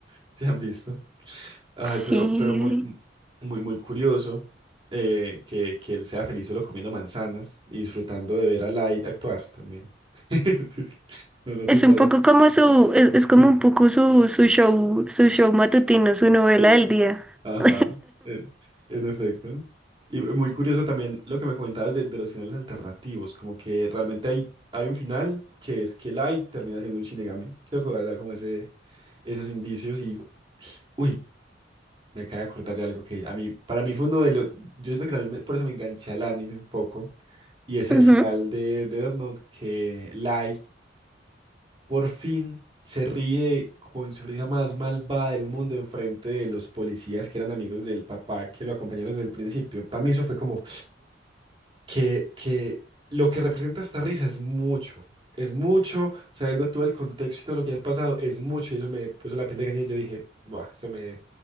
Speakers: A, on the right (about 25°); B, in the centre.
A: ¿Se han visto? Ay,
B: <laughs> sí.
A: pero, pero muy, muy, muy curioso eh, que, que él sea feliz solo comiendo manzanas y disfrutando de ver a Light actuar también. <laughs> ¿No, no te
B: Es
A: parece?
B: un poco como su, es, es como
A: <laughs>
B: un poco su, su show, su show matutino, su novela
A: Sí,
B: del día.
A: ajá,
B: <laughs>
A: en, en efecto. Y muy curioso también lo que me comentabas de, de los finales alternativos, como que realmente hay, hay un final que es que Light termina siendo un Shinigami, ¿cierto? da verdad, como ese, esos indicios y... Uy, Me acabo de acordar de algo que a mí, para mí fue uno de los, yo siento que también me- por eso me enganché al anime un poco, y es el
B: Ujú.
A: final de Death Note, que Light por fin se ríe con su risa más malvada del mundo enfrente de los policías que eran amigos del papá que lo acompañaron desde el principio. Para mí eso fue como, que, que lo que representa esta risa es mucho, es mucho, sabiendo todo el contexto y todo lo que ha pasado, es mucho, y eso me puso la piel de gallina y yo dije, Buah, eso me